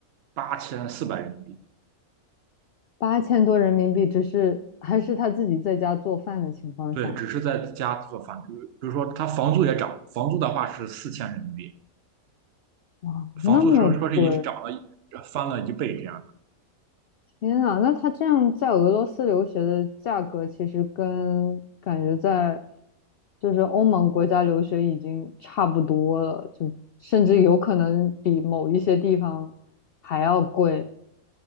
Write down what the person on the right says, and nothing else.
八千四百人民币。
对，只是在家做饭，比如比如说他房租也涨，房租的话是四千人民币，
房租说说是一涨了
翻了一倍这样。的。